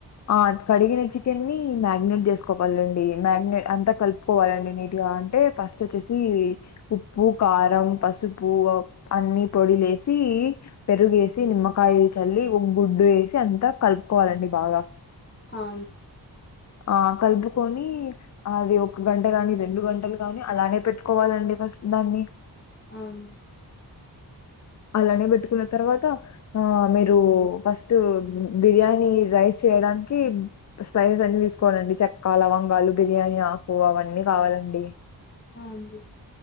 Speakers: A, on the left (about 45°); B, on the left (about 30°).
A: ఆ కడిగిన చికెన్ని మ్యాగ్నేట్ చేసుకోవాలండి మ్యాగ్నేట్ అంతా కలుపుకోవాలండి నీటిగా అంటే ఫస్ట్ వచ్చేసి ఉప్పు కారం పసుపు అన్ని పొడిలేసి పెరుగేసి నిమ్మకాయ చల్లి ఓగు వేసి అంతా కలుపుకోవాలండి బాగా
B: హా
A: ఆ కలుపుకొని అది ఒక గంట గాని రెండు గంటలు గాని అలానే పెట్టుకోవాలండి స్ నన్ని
B: అవును
A: అలానే పెట్టుకున్న తర్వాత ఆ మీరు ఫస్ట్ బిర్యానీ రైస్ చేయడానికి స్పైసస్ అని తీసుకోనండి చెక్క లవంగాలు బిర్యానీ ఆకు అవన్నీ కావాలండి
B: ఆ అండి